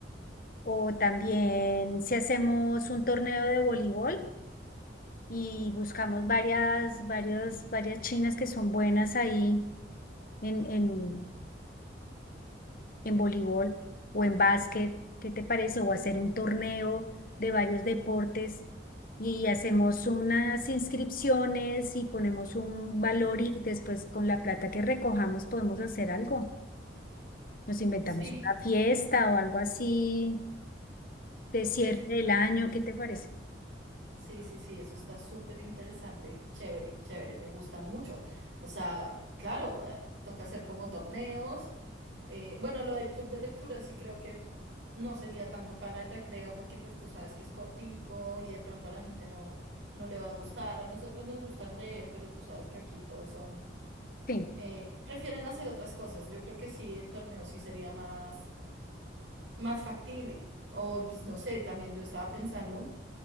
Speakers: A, on the left; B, on the right.
A: O también si hacemos un torneo de voleibol y buscamos varias, varias, varias chinas que son buenas ahí en, en, en voleibol o en básquet, ¿qué te parece? O hacer un torneo de varios deportes y hacemos unas inscripciones y ponemos un valor y después con la plata que recojamos podemos hacer algo. Nos inventamos
B: Sí,
A: una fiesta o algo así de cierre
B: Eso,
A: del año, ¿qué te parece?
B: sí, sí, sí, eso está súper interesante, chévere, chévere, me gusta mucho. O sea, claro, eh, toca hacer como torneos. Eh, bueno, lo del club de lectura sí creo que no sería tanto para el recreo porque pues tú sabes que es cortico y de pronto a la gente no, no le va a gustar. A nosotras nos gusta leer, pero tú sabes que aquí todos son,
A: Sí.
B: eh, prefieren hacer otras cosas. Yo creo que sí, el torneo sí sería más, más factible. O pues no sé, también yo estaba pensando,